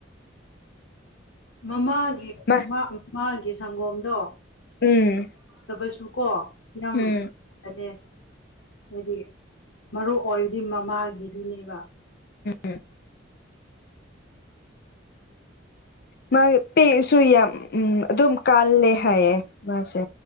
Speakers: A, on the left; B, on the left.
A: ꯃꯃꯥꯒꯤ
B: ꯃꯥ
A: ꯃꯃꯥꯒꯤ ꯁꯪꯒꯣꯝꯗꯣ
B: ꯎꯝ
A: ꯇꯕꯁꯨ ꯀꯣ ꯌꯥꯝ
B: ꯎꯝ
A: ꯐ ꯐꯅꯦ ꯍꯥꯏꯗꯤ ꯃꯔꯨ ꯑꯣꯏꯕꯗꯤ ꯃꯃꯥꯒꯤꯗꯨꯅꯦꯕ
B: ꯎꯝ ꯃꯥꯒꯤ ꯄꯦꯛꯁꯨ ꯌꯥꯝ ꯎꯝ ꯑꯗꯨꯝ ꯀꯥꯜꯂꯦ ꯍꯥꯏꯌꯦ ꯃꯥꯁꯦ